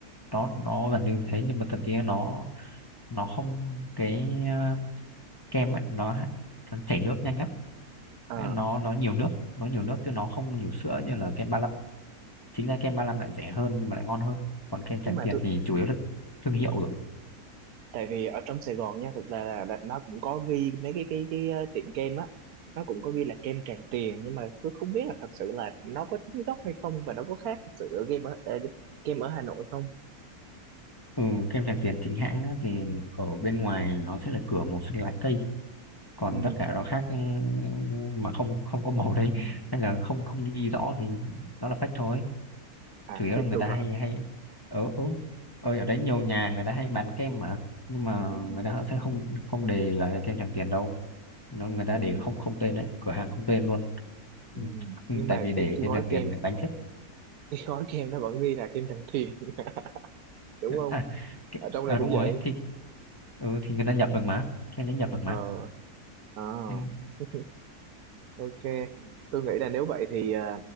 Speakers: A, on the left; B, on the right.
A: nó nó gần như thế nhưng mà thậm chí là nó nó không cái ờ, kem ấy nó, nó chảy nước nhanh lắm
B: ờ.
A: nó nó nhiều nước nó nhiều nước chứ nó không nhiều sữa như là kem ba lăm chính ra kem ba lăm lại rẻ hơn nhưng mà lại ngon hơn còn kem Tràng
B: Nhưng mà
A: Tiền
B: tôi
A: thì chủ yếu là thương hiệu rồi
B: tại vì ở trong Sài Gòn nha thực ra là đã- nó cũng có ghi mấy cái cái cái ờ, tiệm kem á nó cũng có ghi là kem Tràng Tiền nhưng mà tôi không biết là thật sự là nó có chính gốc hay không và nó có khác thật sự ở game ở ờ, kem ở Hà Nội không
A: ừ, kem Tràng Tiền chính hãng á thì ở bên ngoài nó sẽ là cửa màu xanh lá cây còn
B: ừ.
A: tất cả rau khác ừ, mà không không có màu đấy hay là không không ghi rõ thì nó là fake thôi
B: à
A: chủ yếu
B: khác
A: là người
B: được
A: ta hay
B: hả
A: hay ở ừ, ơi ở đấy nhiều nhà người ta hay bán kem mà nhưng mà
B: ừ.
A: người ta sẽ không không đề là kem Tràng Tiền đâu nó người ta
B: Ừ.
A: để không không tên đấy cửa hàng không tên luôn
B: Ừ.
A: Ừ, ừ,
B: nhưng
A: tại
B: mà
A: vì để
B: cái cái
A: kem
B: gói
A: Tràng Tiền
B: kem
A: đánh chết
B: <laughs> cái gói kem nó vẫn ghi là kem Tràng Tiền <laughs> đúng không
A: à, cái,
B: ở trong
A: à
B: này
A: đúng
B: cũng
A: rồi
B: vậy
A: thì ừ, thì người ta nhập được mà kem đấy nhập được mà
B: ờ à.
A: Ừ.
B: <laughs> ok tôi nghĩ là nếu vậy thì ờ,